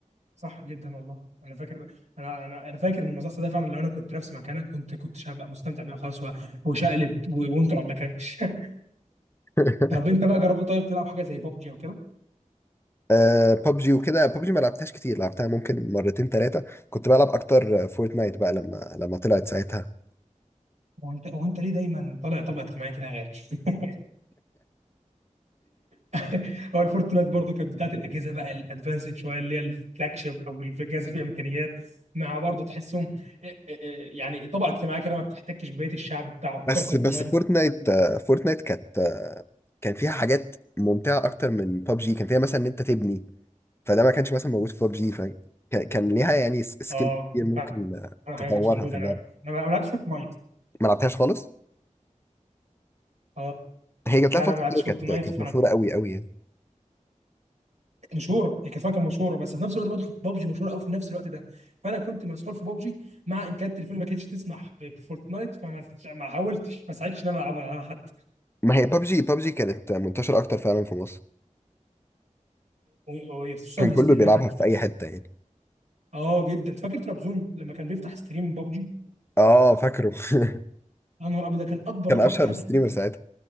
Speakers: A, on the right; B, on the left.
A: صح جدا والله انا فاكر انا انا انا فاكر ان مزرعه سعاده فعلا لو انا كنت نفس مكانك كنت كنت هبقى مستمتع بيها خالص و- وشقلب و- وانت ما كانش <laughs>
B: <laughs>
A: طب انت بقى جربت طيب تلعب حاجه زي بابجي او كده
B: آه ببجي وكده ببجي ما لعبتهاش كتير لعبتها ممكن مرتين ثلاثه كنت بلعب اكتر فورتنايت بقى لما لما طلعت ساعتها
A: وانت وانت ليه دايما طالع طبع اجتماعي كده يا غالي <laughs> <laughs> هو الفورتنايت برضو كانت بتاعت الاجهزه بقى الادفانسد شويه اللي هي الفلاج شيب او الجهاز فيه امكانيات مع برضو تحسهم إيه- إيه- إيه، يعني طبقه اجتماعيه كده ما بتحتكش ببقيه الشعب بتاع بتوع
B: بس
A: فورتنايت
B: بس فورتنايت آه، فورتنايت كانت آه، كان فيها حاجات ممتعة أكتر من ببجي كان فيها مثلا إن أنت تبني فده ما كانش مثلا موجود في ببجي فكان كان ليها يعني س- سكيل
A: اه
B: كتير ممكن
A: فعلاً
B: آه،
A: حاجه
B: تطورها
A: مش موجوده
B: في اللعبة
A: انا انا ما لعبتش فورتنايت
B: ما لعبتهاش خالص
A: اه
B: هي جات
A: لا
B: لها فترة
A: لا ما لعبتش
B: كده
A: فورتنايت
B: كانت كانت
A: فانا
B: مشهورة قوي قوي يعني
A: كانت مشهوره هي كانت فعلاً كانت مشهوره بس في نفس الوقت برضه كانت بابجي مشهوره قوي في نفس الوقت ده فانا كنت مسحور في بابجي مع ان كانت تليفوني ما كانتش تسمح ب- بفورتنايت فما ما حاولتش ما ساعدتش ان انا العبها حتى
B: ما هي ببجي ببجي كانت منتشرة أكتر فعلا في مصر
A: وخصوصا
B: كان
A: الاستريمات
B: كله بيلعبها
A: لو
B: في أي حتة يعني
A: اه جدا فاكر ترابزون لما كان بيفتح ستريم بابجي
B: آه فاكره <laughs>
A: يا نهار ابيض ده كان اكبر
B: كان
A: رقم
B: أشهر
A: في حياتي
B: ستريمر
A: أشوفه.
B: ساعتها